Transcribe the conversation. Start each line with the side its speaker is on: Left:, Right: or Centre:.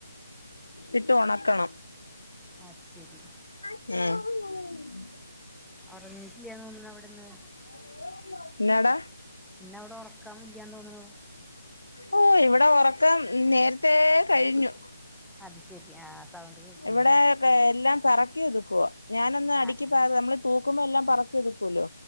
Left: ഇട്ട് ഉണക്കണം
Centre: അത്ശരി
Left: ആഹ്
Centre: അറിനീട്ടിലാ തോന്നുന്നു അവിടെന്ന്
Left: <unintelligible> നടാ
Centre: ഇന്ന് അവിടെ ഉറക്കാൻല്ലന്ന് തോന്നുന്നു
Left: ഓ ഇവിടെ ഉറക്കം നേരത്തെ കഴിഞ്ഞു
Centre: അത്ശരി ആഹ് സൗണ്ട് കേൾക്കണ്ടേ
Left: ഇവിടെ എല്ലാം പറക്കി ഒതുക്കുവോ ഞാനൊന്ന് അടുക്കി
Centre: ആഹ്
Left: പാ നമ്മൾ തൂക്കുമ്പോ എല്ലാം പറക്കി ഒത്ക്കല്ലോ